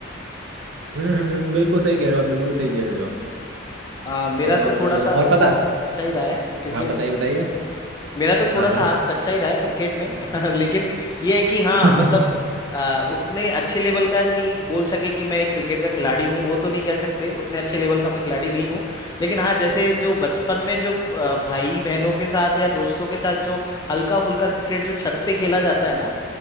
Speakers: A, on the right (about 70°); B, on the left (about 20°).
A: हम्म हम्म हम्म, बिल्कुल सही कह रहे हो आप बिल्कुल सही कह रहे हो
B: आ, मेरा
A: और
B: तो थोड़ा सा
A: और पता
B: हाथ अच्छा ही रहा है क्रिकेट
A: हाँ बताइए
B: में
A: बताइए
B: मेरा तो थोड़ा
A: हाँ हाँ
B: सा हाथ कच्चा ही रहा है क्रिकेट में <laughs> लेकिन ये है कि हाँ
A: <laughs>
B: मतलब आ, उतने अच्छे लेवल का कि बोल सके कि मैं एक क्रिकेट का खिलाड़ी हूँ वो तो नहीं कह सकते उतने अच्छे लेवल का मैं खिलाड़ी नहीं हूँ लेकिन हाँ जैसे जो बचपन में जो आ, भाई बहनों के साथ या दोस्तों के साथ जो हल्का फुल्का क्रिकेट जो छत पे खेला जाता है ना